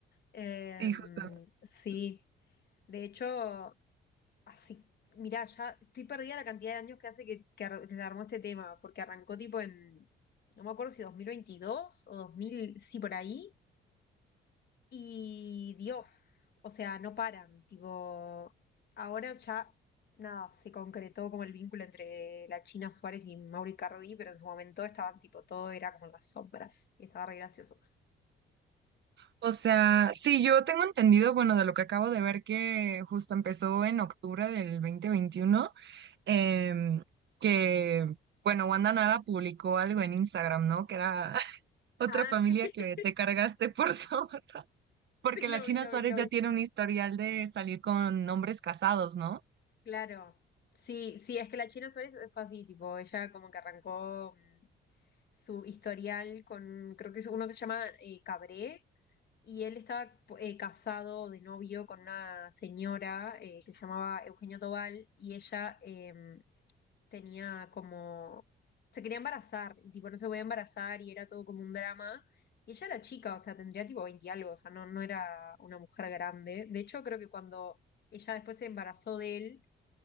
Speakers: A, on the left; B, on the right.
A: Em,
B: Sí, justo.
A: sí, de hecho, así, mirá, ya estoy perdida la cantidad de años que hace que, que ar- que se armó este tema, porque arrancó tipo en, no me acuerdo si 2022 o 2000, sí, por ahí, Y Dios, o sea, no paran, tipo, ahora ya nada, se concretó como el vínculo entre la China Suárez y Mauro Icardi, pero en su momento estaban tipo, todo era como en las sombras y estaba re gracioso.
B: O sea, sí, yo tengo entendido, bueno, de lo que acabo de ver que justo empezó en octubre del 2021. em, que, bueno, Wanda Nara publicó algo en Instagram, ¿no? Que era <laughs> otra
A: Ah,
B: familia
A: sí,
B: que
A: <laughs>
B: te cargaste por <laughs> zorra.
A: sí,
B: Porque
A: lo
B: la China
A: vi, lo
B: Suárez
A: vi, lo
B: ya
A: vi.
B: tiene un historial de salir con hombres casados, ¿no?
A: Claro. Sí, sí, es que la China Suárez fue así, tipo, ella como que arrancó mm, su historial con, creo que es uno que se llama eh, Cabré, Y él estaba eh, casado de novio con una señora eh, que se llamaba Eugenia Tobal y ella eh, tenía como, se quería embarazar y tipo no se podía embarazar y era todo como un drama. Y ella era chica, o sea, tendría tipo 20 y algo, o sea, no, no era una mujer grande. De hecho, creo que cuando ella después se embarazó de él